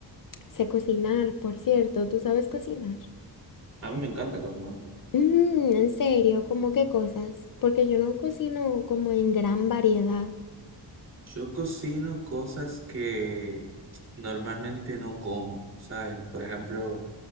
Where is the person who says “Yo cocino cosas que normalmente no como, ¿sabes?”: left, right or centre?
Right